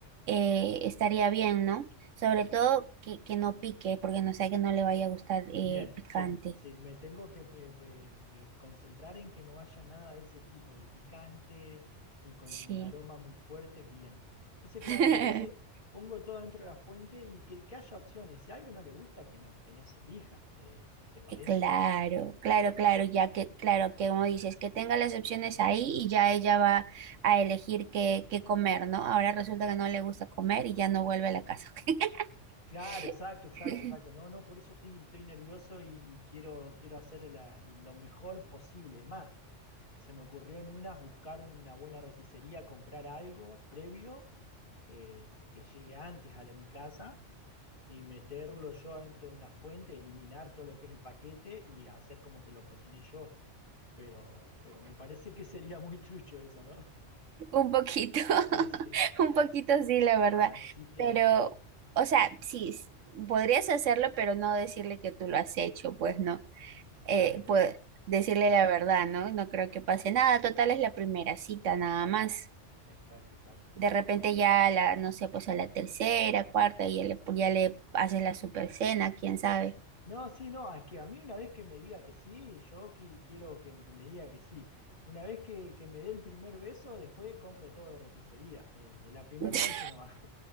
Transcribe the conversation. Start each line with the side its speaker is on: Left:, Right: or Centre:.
Right: eh, estaría bien, ¿no? Sobre todo que, que no pique, porque no sea que no le vaya a gustar
Left: Bien,
Right: eh, picante.
Left: sí, sí, me tengo que eh, pues, eh, concentrar en que no haya nada de ese tipo, de picante, ni con
Right: Sí.
Left: aromas muy fuertes, bien. Entonces, claro,
Right: <laughs>
Left: entonces pongo todo dentro de la fuente y que, que haya opciones. Si algo no le gusta, que no, que no se elija. eh, ¿te parece?
Right: Eh, Claro, claro, claro, ya que, claro, que como dices, que tenga las opciones ahí y ya ella va a elegir qué, qué comer, ¿no? Ahora resulta que no le gusta comer y ya no vuelve a la casa.
Left: Claro,
Right: <laughs>
Left: exacto, exacto, exacto. No, no, por eso estoy, estoy nervioso y, y quiero, quiero hacer la- lo mejor posible. Es más. Se me ocurrió en unas buscar una buena roticería, comprar algo previo eh, que llegue antes a, la- mi casa y meterlo yo adentro de una fuente, eliminar todo lo que es el paquete y hacer como que lo cociné yo. Pero, pero me parece que sería muy trucho eso, ¿no? <laughs>
Right: Un poquito,
Left: Sí,
Right: <laughs>
Left: sí.
Right: un poquito sí,
Left: Así
Right: la verdad.
Left: que
Right: Pero,
Left: no.
Right: o sea, sí, s- podrías hacerlo, pero no decirle que tú lo has hecho, pues no. Eh,
Left: Claro, claro.
Right: pues decirle la verdad, ¿no? No creo que pase nada. Total, es la primera cita,
Left: Exacto.
Right: nada más.
Left: Exacto, exacto.
Right: De repente ya la, no sé, pues a la tercera, cuarta, ya le, ya le haces la super cena, quién sabe.
Left: No, sí, no, es que a mí una vez que me diga que sí, yo qui- quiero que, que me diga que sí. Una vez que, que me dé el primer beso, después compro todo de roticería. eh, en la primera
Right: <laughs>
Left: noche nomás.